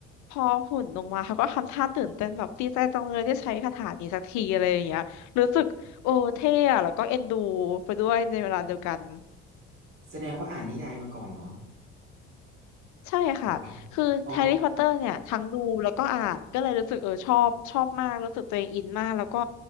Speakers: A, on the left; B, on the right.
A: พอหุ่นลงมาเขาก็ทำท่าตื่นเต้นแบบดีใจจังเลยได้ใช้คาถานี้สักทีอะไรอย่างเงี้ยรู้สึกโอ้เท่อะแล้วก็เอ็นดูไปด้วยในเวลาเดียวกัน
B: แสดงว่าอ่านนิยายมาก่อนเหรอ
A: ใช่ค่ะ
B: อ่านปะ
A: คือแฮร์รี่พอตเตอร์เนี่ยทั้งดูแล้วก็อ่านก็เลยรู้สึกเออชอบชอบมากรู้สึกตัวเองอินมากแล้วก็
B: อ๋อ